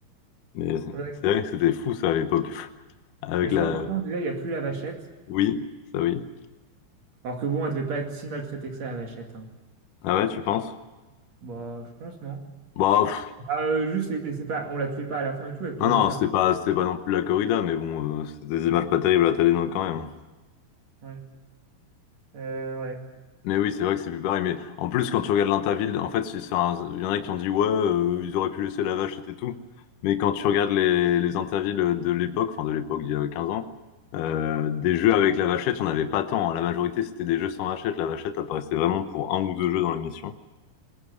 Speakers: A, on the left; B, on the right.
A: Mais c'est
B: Ouais.
A: c'est vrai que c'était fou ça à l'époque. <laughs> Avec
B: Mais je
A: la...
B: crois que maintenant, déjà, il n'y a plus la vachette.
A: Oui, ça oui.
B: Alors que bon, elle devait pas être si maltraitée que ça, la vachette. hein.
A: Ah ouais, tu penses?
B: Bah, je pense, non?
A: Bah, pff,
B: Ah, euh, juste, c'est c'est pas, on la tuait pas à la fin et tout, elle courait
A: non, non,
B: juste après.
A: c'était pas, c'était pas non plus la corrida, mais bon, euh, c'est des images pas terribles à la télé non, quand même. hein.
B: Ouais. Euh, ouais.
A: Mais oui, c'est vrai que c'est plus pareil. Mais en plus, quand tu regardes l'Interville, en fait, c'est c'est un- il y en a qui ont dit, ouais, euh, ils auraient pu laisser la vache, c'était tout. Mais quand tu regardes les, les Intervilles de l'époque, enfin de l'époque d'il y a 15 ans, euh, des jeux avec la vachette, il n'y en avait pas tant. hein. La majorité, c'était des jeux sans vachette. La vachette apparaissait vraiment pour un ou deux jeux dans l'émission.